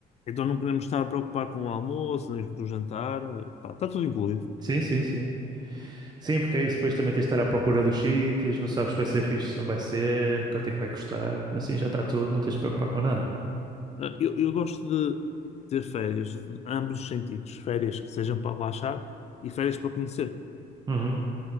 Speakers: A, on the left (about 40°); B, on the right (about 25°).
A: Então não queremos estar a preocupar com o almoço, nem com o jantar. Pá, está tudo incluído.
B: Sim, sim, sim. Sim, porque é isso, depois também tens de estar à procura dos sítios, não sabes se vai ser fixe, se não vai ser, quanto é que vai custar, assim já está tudo, não tens de preocupar com nada.
A: Ah, Eu, eu gosto de ter férias, de ambos os sentidos. Férias que sejam para relaxar e férias para conhecer.
B: Uhum,